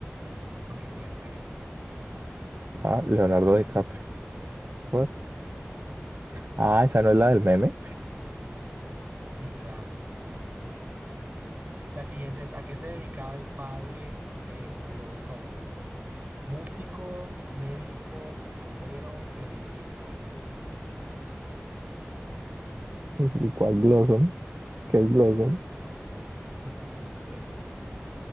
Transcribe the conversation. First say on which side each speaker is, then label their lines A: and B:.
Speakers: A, on the right; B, on the right.
A: aunque puede ser él también. No,
B: Ah, Leonardo DiCaprio. What? Ah, esa no es la del meme.
A: quizá. La siguiente es ¿a qué se dedicaba el padre de Blossom? Músico, médico, bombero, periodista.
B: <laughs> ¿Y cuál Blossom? ¿Qué es Blossom?
A: <laughs> No sé.